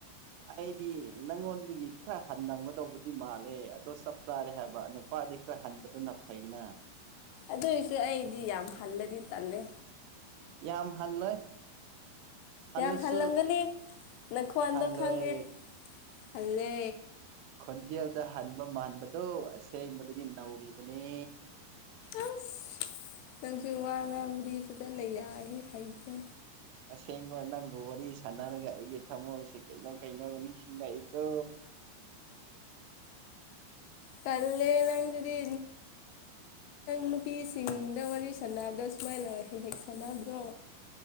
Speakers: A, on the right; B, on the left.
A: ꯑꯩꯗꯤ ꯅꯪꯉꯣꯟꯗꯒꯤ ꯈꯔ ꯍꯔꯝꯒꯗꯧꯕꯗꯤ ꯃꯥꯜꯂꯦ ꯑꯗꯣ ꯆꯞ ꯆꯥꯔꯦ ꯍꯥꯏꯕ ꯅꯨꯄꯥꯗꯤ ꯍꯟꯕꯗꯨꯅ ꯐꯩꯅ
B: ꯑꯗꯨꯏꯁꯨ ꯑꯩꯗꯤ ꯌꯥꯝ ꯍꯜꯂꯗꯤ ꯇꯜꯂꯦ
A: ꯌꯥꯝ ꯍꯜꯂꯣꯏ ꯍꯜꯂꯁꯨ
B: ꯌꯥꯝ ꯍꯜꯂꯝꯒꯅꯤ ꯅꯪꯈꯣꯟꯜꯗꯣ
A: ꯍꯜꯂꯣꯏ
B: ꯈꯪꯉꯦ ꯍꯜꯂꯦ
A: ꯈꯣꯟꯖꯦꯜꯗ ꯍꯟꯕ ꯃꯥꯟꯕꯗꯨꯣ ꯑꯁꯦꯡꯕꯗꯤ ꯅꯧꯔꯤꯕꯅꯤ
B: ꯑꯁ ꯅꯪꯁꯨ ꯋꯥ ꯉꯥꯡꯕꯨꯗꯤ ꯐꯖꯅ ꯌꯥꯏ ꯍꯩꯒꯦ
A: ꯑꯁꯦꯡꯕ ꯅꯪꯒ ꯋꯥꯔꯤ ꯁꯥꯟꯅꯔꯒ ꯑꯩꯒꯤ ꯊꯝꯃꯣꯏꯁꯤꯦ ꯀꯩꯅꯣ ꯀꯩꯅꯣ ꯅꯤꯡꯁꯤꯡꯉꯛꯏꯀꯣ <unintelligible> <inaudible>
B: ꯄꯂꯦ ꯂꯗꯤ ꯅꯨꯄꯤꯁꯤꯡꯗ ꯋꯥꯔꯤ ꯁꯥꯟꯗ ꯁꯨꯃꯥꯏꯅꯔ ꯍꯦꯛ ꯍꯦꯛ ꯁꯥꯟꯅꯕ꯭ꯔꯣ